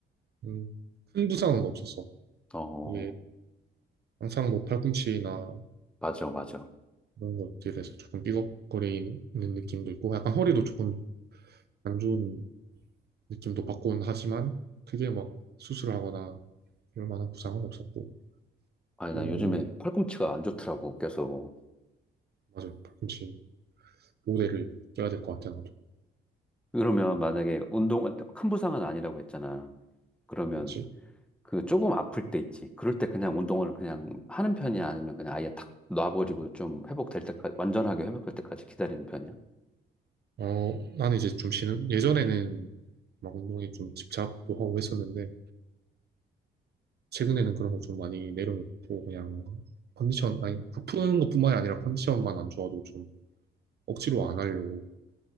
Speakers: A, on the right (about 55°); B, in the centre.
A: 음, 큰 부상은 없었어.
B: 어,
A: 이게 항상 뭐 팔꿈치나
B: 맞아, 맞아.
A: 이런 것들에서 조금 삐걱거리는 느낌도 있고, 약간 허리도 조금 안 좋은 느낌도 받곤 하지만, 크게 막 수술하거나 이럴 만한 부상은 없었고,
B: 아니,
A: 또,
B: 나 요즘에 팔꿈치가 안 좋더라고, 계속.
A: 맞아. 팔꿈치 모대를 껴야 될 것 같아, 나도.
B: 그러면 만약에 운동, 큰 부상은 아니라고 했잖아. 그러면
A: 그렇지.
B: 그 조금 아플 때 있지. 그럴 때 그냥 운동을 그냥 하는 편이야? 아니면 그냥 아예 탁 놔버리고 좀 회복될 때까지, 완전하게 회복될 때까지 기다리는 편이야?
A: 어, 나는 이제 좀 쉬는, 예전에는 막 운동에 좀 집착도 하고 했었는데, 최근에는 그런 거 좀 많이 내려놓고, 그냥 컨디션, 아니, 아픈 것뿐만이 아니라 컨디션만 안 좋아도 좀 억지로 안 하려고